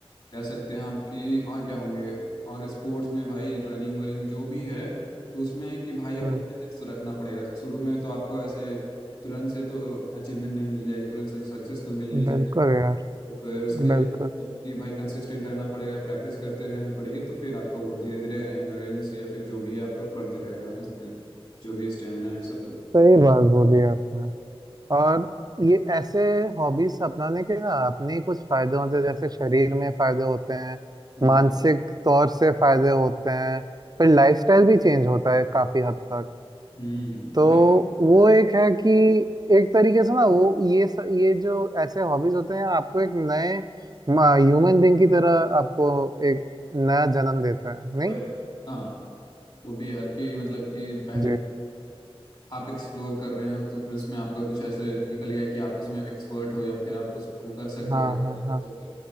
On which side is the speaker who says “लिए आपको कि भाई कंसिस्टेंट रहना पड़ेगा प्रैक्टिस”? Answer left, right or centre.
Left